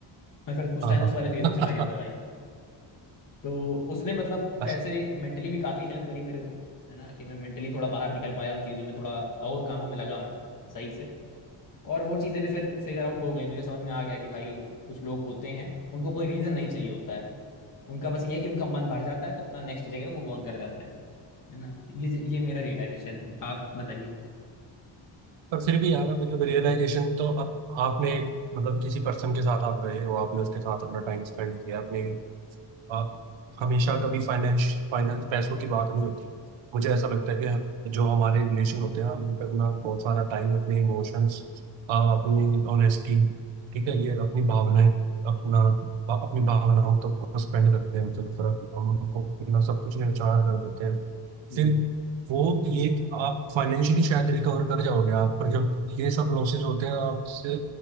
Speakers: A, on the left; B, on the right.
A: मैं फिर कुछ
B: हाँ
A: टाइम
B: हाँ
A: उस वाले फेज में चला गया
B: हाँ
A: था भाई तो उसने मतलब
B: <laughs>
A: वैसे भी मेंटली भी काफी हेल्प करी मेरे को है ना कि मैं मेंटली थोड़ा बाहर निकल पाया उन चीजों में थोड़ा और कामों में लगा मैं सही से और वो चीजें भी फिर फिगर आउट हो गई मुझे समझ में आ गया कि भाई कुछ लोग होते हैं उनको कोई रीजन नहीं चाहिए होता है उनका बस ये है कि उनका मन भर जाता है तो अपना नेक्स्ट जगह मूव ऑन कर जाते हैं है ना ये ये मेरा रियलाइजेशन है आप बताइए
B: पर फिर भी यार मतलब रियलाइजेशन तो अब आपने एक मतलब किसी पर्सन के साथ आप रहे हो आपने उसके साथ अपना टाइम स्पेंड किया अपने आप हमेशा कभी फाइनेंस फाइनेंस पैसों की बात नहीं होती मुझे ऐसा लगता है कि जो हमारे रिलेशन होते हैं हम उन पर अपना बहुत सारा टाइम अपने इमोशंस अपनी ऑनेस्टी ठीक
A: हम्म,
B: है ये अपनी भावनाएं अपना बा- अपनी भावनाओं तक को स्पेंड करते हैं तो फिर हम उनको अपना सब कुछ न्यौछावर कर देते हैं
A: हम्म,
B: फिर वो ये आप फाइनेंशियली शायद रिकवर कर जाओगे आप पर जब ये सब लॉसेस होते हैं आपसे